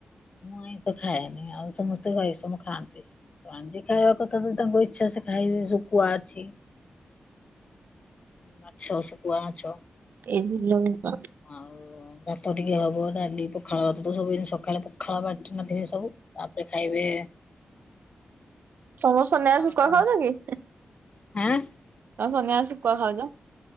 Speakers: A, on the left; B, on the right.
A: ମୁଁ ଆଁଇସ ଖାଏନି ଆଉ ସମସ୍ତେ ଏସବୁ ଖାଆନ୍ତି। ଚନ୍ଦିକା ତ ତାଙ୍କୁ ତାଙ୍କୁ ଇଛା ସେ ଖାଇବେ ଶୁଖୁଆ ଅଛି। ମାଛ ଶୁଖୁଆ ମାଛ
B: ଏଇ ବିଲ ସୁଖୁଆ।
A: ଆଉ ଭାତ ଟିକେ ହବ ଡାଲି ପଖାଳଭାତ ତ ସବୁଦିନ ସକାଳେ ପଖାଳ ବାଟି ନଥିବେ ସବୁ ତାପରେ ଖାଇବେ।
B: ତମର ସନିବାରେ
A: କଣ
B: ସୁଖୁଆ
A: ତ
B: ଖାଉଛ କି?
A: <unintelligible>
B: କଁ ସନିବାରେ ଶୁକୁଆ ଖାଉଛ?